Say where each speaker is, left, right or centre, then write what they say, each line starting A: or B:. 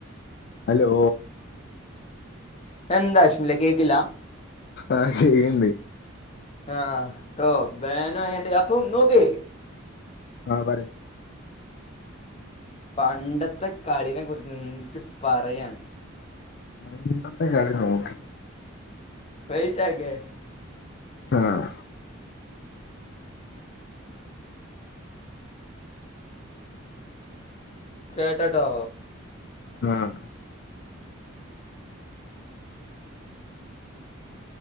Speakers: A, on the left (about 50°); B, on the left (about 30°).
A: അലോ.
B: എന്താ അശ്മിലെ കേക്കില്ല.
A: ആഹ് കേക്ണ്ട്
B: ആഹ് ട്ടോ ബേനായട്ട് അപ്പം നോക്ക്
A: ആഹ് പറി
B: പണ്ടത്തെ കളിനെ കുറിച്ച് ച്ച് പറയാണ്.
A: പണ്ടത്തെ കളി നോക്ക
B: വെയിറ്റാക്കെ
A: ആഹ്
B: കേട്ടട്ടോ
A: ആഹ്